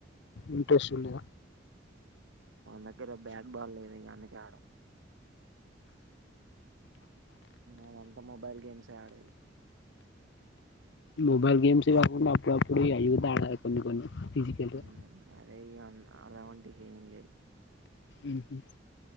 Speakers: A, on the left; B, on the right.
A: ఇంట్రెస్ట్ ఉండద
B: దగ్గర బ్యాట్ బాల్ లేదు ఇంకా అందుకె ఆడం అదంతా మొబైల్ గేమ్స్ే ఆడేది
A: మొబైల్ గేమ్స్ కాకుండా అప్పుడప్పుడు <unintelligible> ఆడాలి కొన్ని కొన్ని ఫిజికల్గా
B: ఉమ్ అదే ఇగ అన్ ఆడదామంటే హేం లేదు
A: ఊహూ